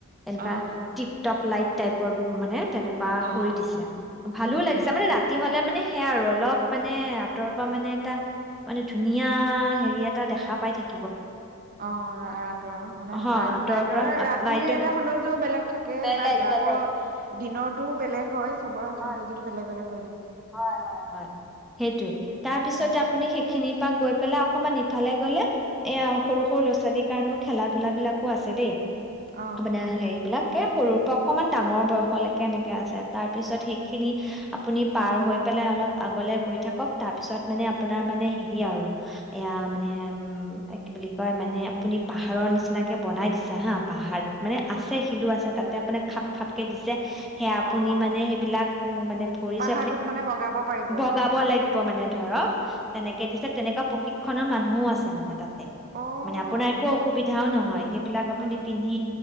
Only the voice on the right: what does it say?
অ',
অ',
উম,
উম।
অ' ৰাতৰ মানে
লাই
লাইটৰ
ৰাতিৰ
এটা সৌন্দৰ্য বেলেগ থাকে
বা
আকৌ দিনৰতটোও বেলেগ হয় চবৰে
সৌন্দৰ্যতটো বেলেগ বেলেগ-া
উম,
অ',
অ',
পাহাৰটোত
মানে বগাব পাৰিব
মানে
অ'।
উম।